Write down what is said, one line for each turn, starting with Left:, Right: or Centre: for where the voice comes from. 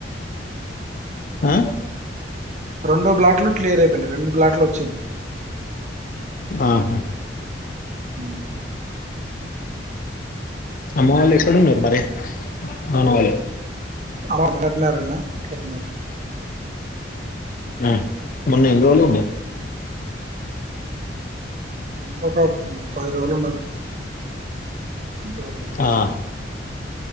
Left: ఆ
Right: రెండు బ్లాట్లు క్లియర్ అయిపోయినాయి రెండు గ్లాట్లు వచ్చింది.
Left: నః
Right: హ
Left: అమ్మ వాలు ఎక్కడున్నారు మరే నాన్న వాళ్ళు
Right: అంమౌంట్ కట్టినర్ అన్న కట్టినారు
Left: ఉ మొన్న ఎన్రోలుండె
Right: ఒక పది రోజులు ఉన్నారు పది రోజులు ఉన్నారు
Left: ఆ!